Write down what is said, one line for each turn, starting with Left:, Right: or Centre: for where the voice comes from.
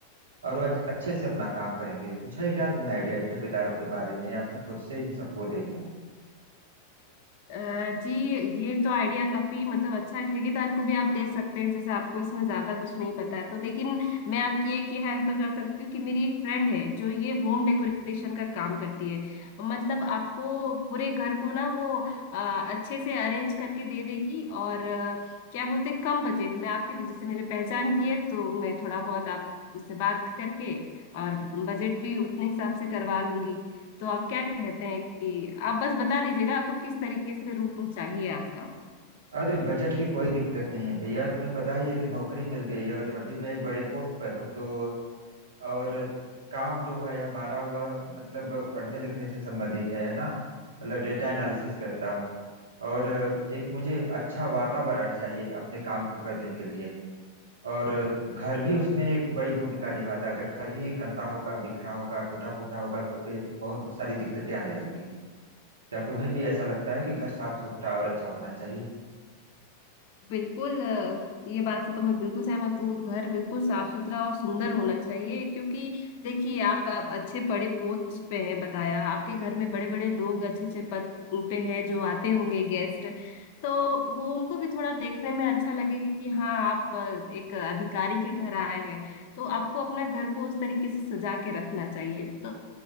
Right: और वो अच्छ- अच्छे से अपना काम करेंगे कुछ है क्या तुम्हें आइडिया ठेकेदारों के बारे में या फिर खुद से इन सबको देखूं
Left: अ, जी ये तो आइडिया काफी मतलब अच्छा है ठेकेदार को भी आप दे सकते हैं जैसे आपको इसमें ज्यादा कुछ नहीं पता है तो लेकिन मैं आपकी एक ये हेल्प कर सकती हूँ कि मेरी एक फ्रेंड है जो ये होम डेकोरेशन का काम करती है मतलब आपको पूरे घर को ना वो अ, अच्छे से अरेंज करके दे देगी और अ, क्या बोलते हैं, कम बजट में आपकी वजह से मेरे पहचान की है तो मैं थोड़ा बहुत आप उससे बात करके और बजट भी उतने हिसाब से करवा लूंगी तो आप क्या कहते हैं कि आप बस बता दीजिएगा आपको किस तरीके से रूम चाहिए आपका
Right: अरे बजट की कोई दिक्कत नहीं है भैया तुम्हें पता ही है कि नौकरी मिल गई है और अभी मैं एक बड़े पोस्ट पर हूँ तो और काम जो है हमारा वह मतलब पढ़ने लिखने से संबंधित है है ना मतलब डेटा एनालिसिस करता हूँ और एक मुझे अच्छा वातावरण चाहिए अपने काम को करने के लिए और घर भी उसमें एक बड़ी भूमिका निभाता है अगर घर ही गंदा होगा बिखरा होगा टूटा फूटा होगा तो फिर बहुत सारी दिक्कतें आने लगती हैं क्या तुम्हें भी ऐसा लगता है कि घर साफ सुथरा और अच्छा होना चाहिए
Left: बिल्कुल अ, ये बात से तो मैं बिल्कुल सहमत हूँ घर बिल्कुल साफ सुथरा और सुंदर होना चाहिए क्योंकि देखिए आप, आप अच्छे बड़े पोस्ट पे हैं बताया आपके घर में बड़े बड़े लोग अच्छे अच्छे पद पे हैं जो आते होंगे गेस्ट तो वो उनको भी थोड़ा देखने में अच्छा लगेगा कि हाँ आप अ, एक अधिकारी के घर आए हैं तो आपको अपना घर को उस तरीके से सजा के रखना चाहिए तो